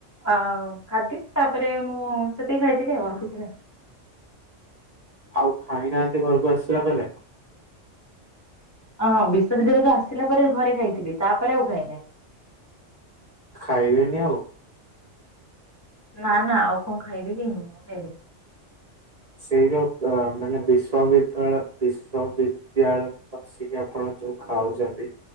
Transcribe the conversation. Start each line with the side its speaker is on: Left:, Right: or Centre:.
Left: ଆ ଖାଦ୍ୟ ତାପରେ ମୁଁ ସେତିକି ଖାଇଥିଲି ଆଉ କିଛି ନାହିଁ।
Right: ଆଉ ଖାଇନାହାନ୍ତି ଘରକୁ ଆସିଲା ପରେ?
Left: ହଁ ବିଶ୍ୱବିଦ୍ୟାଳୟରୁ ଆସିଲା ପରେ ଘରେ ଖାଇଥିଲି, ତାପରେ ଆଉ ଖାଇନାହିଁ।
Right: ଖାଇବେନି ଆଉ?
Left: ନା ନା ଆଉ କଣ ଖାଇବି, ମୁଁ ଆଉ ଖାଇବିନି।
Right: ସେଇ ଯଉ ମାନେ ବିଶ୍ୱବିଦ୍ୟାଳୟ ବିଶ୍ଵବିଦ୍ୟାଳୟରେ ଆସିକି ଆପଣ ଯୋଉ ଖାଉଛନ୍ତି